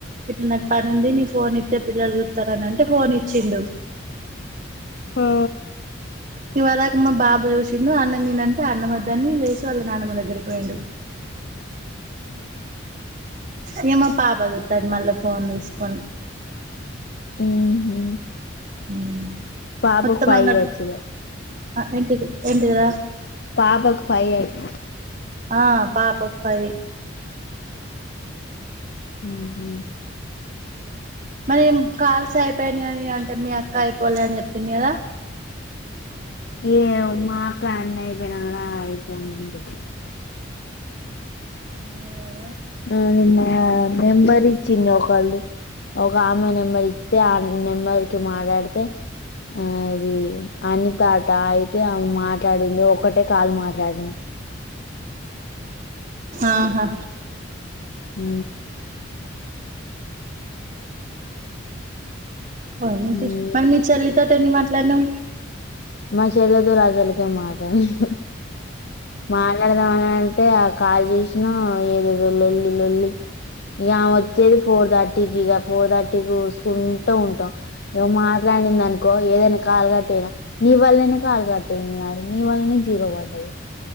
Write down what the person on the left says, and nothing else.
ఆ
ఊహు
బాబుకు
ఫై
ఇయర్స్ ఇగ
పాపాకు ఫై ఇయర్స్
ఊహు
ఏమో మా అక్క అన్ని ఐపోయినంకా రాయ్ పోనీ అంటది
ఆ నిన్న నెంబర్ ఇచ్చింది ఒకల్ది ఒక ఆమె నెంబర్ ఇతే ఆ నెంబర్ కి మాట్లాడితే ఆది అనితాట అయితే ఆమె మాటడింది ఒక్కటే కాలు మాట్లాడినా
ఊ
ఉమ్
మా షెల్లతోటి అసలకే మాటలేదు మాట్లాడదాం అని అంటే ఆ కాలు చేసినా ఏదేదో లొల్లి లొల్లి ఇగ ఆమె వచ్చేది ఫోర్ థర్టీకి ఇగ ఫోర్ థర్టీకి చూసుకుంటూ ఉంటాం ఇగొ మాట్లా మాట్లాడింది అనుకో ఏదైనా కాలు కట్ అయినా నీ వల్లనే కాలు కట్ అయింది నాది నీ వల్లనే జీరో పడ్డది